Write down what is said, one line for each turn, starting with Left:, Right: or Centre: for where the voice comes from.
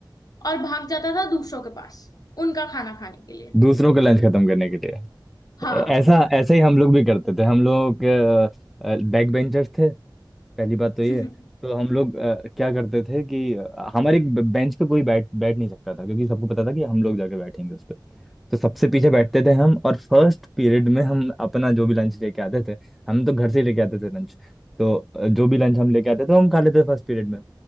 Left: और भाग जाता था दूसरों के पास उनका खाना खाने के लिए
Centre: दूसरों का लंच खत्म करने के लिए
Left: हाँ
Centre: ऐसा ऐसा ही हम लोग भी करते थे हम लोग बैक बेंचर्स थे पहली बात तो ये
Left: <laughs>
Centre: है। तो हम लोग अ, क्या करते थे कि अ, हमारे एक बेंच पे कोई बैठ बैठ नहीं सकता था क्योंकि सबको पता था कि हम लोग जाके बैठेंगे उस पे तो सबसे पीछे बैठते थे हम और फर्स्ट पीरियड में हम अपना जो भी लंच लेके आते थे हम तो घर से ही लेके आते थे लंच तो अ, जो भी लंच हम लेके आते थे वो हम खा लेते थे फर्स्ट पीरियड में